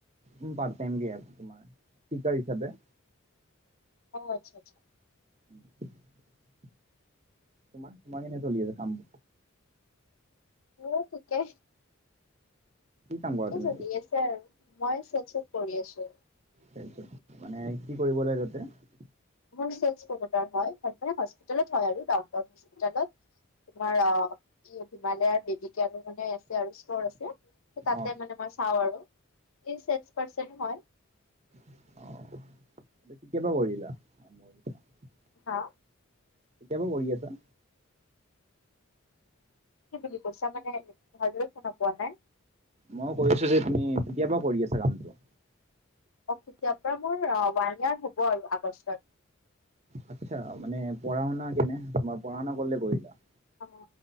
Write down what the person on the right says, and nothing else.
উম পাৰ্ট টাইম দিয়ে তোমাৰ, ঠিকাৰ হিচাপে।
উম <inaudible> তোমাৰ তোমাৰ এনে চলি আছে কাম?
কি কাম
কৰা তুমি
এতিয়া?
তাৰ পিছত মানে কি কৰিব লাগে তাতে?
অ
অ, এ কেতিয়াৰ পৰা কৰিলা?
কেতিয়াবা কৰি আছা?
মই কৈ আছো যে তুমি কেতিয়াবা কৰি আছা কামটো?
আচ্ছা মানে পঢ়া শুনা কেনে তোমাৰ পঢ়া শুনা কৰলে কৰিলা?